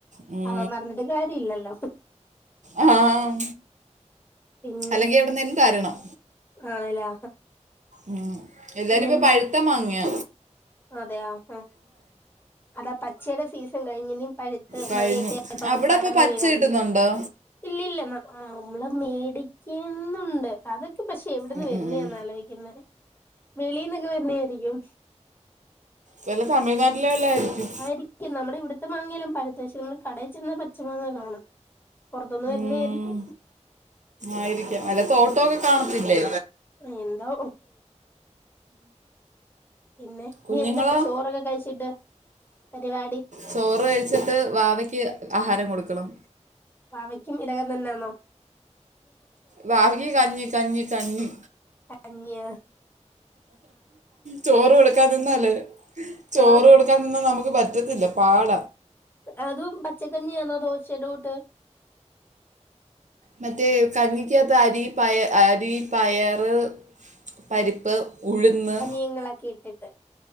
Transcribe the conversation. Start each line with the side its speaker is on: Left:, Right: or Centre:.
Right: ഉം.
Left: അപ്പ പറഞ്ഞിട്ട് കാര്യം ഇല്ലല്ലോ.
Right: ആഹ്
Left: പിന്നെ
Right: അല്ലെങ്കി എവിടനെലും തരണം.
Left: ആണല്ലേ.
Right: ഉം എല്ലാരും
Left: പിന്നെന്താ
Right: ഇപ്പൊ പഴുത്ത മാങ്ങിയ.
Left: അതെയ ആ അതാ പച്ചയുടെ സീസൺ കഴിഞ്ഞിനി. പഴുത്ത്
Right: കഴിഞ്ഞു
Left: മഴൊക്ക ആയഇപ്പം
Right: അവിടെ
Left: അടന്നു
Right: ഇപ്പൊ പച്ച
Left: വീഴാതൊടങ്ങി.
Right: കിട്ടുന്നുണ്ടോ
Left: ഇല്ല ഇല്ലന്ന നമ്മള് മേടിക്കുന്നുണ്ട് അതൊക്കെ പക്ഷെ എവിടന്ന്
Right: ഉം
Left: വരുന്ന
Right: ഉം ഉം.
Left: എന്നലോയി യ്ക്കുന്നത് വെളിന്നൊക്കെ വരുന്നെ ആയിരിക്കും.
Right: വെല്ല തമിഴ്നാട്ടിലെവല്ലായിരിക്കും.
Left: ആയിരിക്കും നമ്മുടെ ഇവിടുത്തെ മാങ്ങെല്ലാം പഴുത്ത് ഷെ നമ്മള് കടയി ചെന്ന പച്ച മാങ്ങ കാണും. പൊറത്തുന്ന് വരുന്ന
Right: ഉം.
Left: ആയിരിക്കും.
Right: ആയിരിക്കാം വല്ല തൊട്ടോക്കെ കാണത്തില്ലേ.
Left: എന്തോ പിന്നെ.
Right: കുഞ്ഞുങ്ങളോ
Left: ഇനി എന്താ ചോറൊക്കെ കഴിച്ചിട്ട് പരിപാടി.
Right: ചോറ് കഴിച്ചിട്ട് വാവയ്ക്ക് ആഹാരം കൊടുക്കണം.
Left: വാവയ്ക്കും ഇടകം തന്നെയാണോ.
Right: വാവക്ക് കഞ്ഞി, കഞ്ഞി, കഞ്ഞി.
Left: കഞ്ഞിയ.
Right: ചോറ് കൊടുക്കാതിന്നാലെ ചോറ്
Left: ആ
Right: കൊടു ക്കാനൊന്നും നമുക്ക് പറ്റത്തില്ല പാട.
Left: അതും പച്ചക്കഞ്ഞിയാണോ ദോശയുടെ കൂട്ട്.
Right: മറ്റേ കഞ്ഞിക്കത്ത് അരി പയ അരി പയറ്. പരിപ്പ്, ഉഴുന്ന്.
Left: ങ്ങളൊക്കെ ഇട്ടിട്ട്.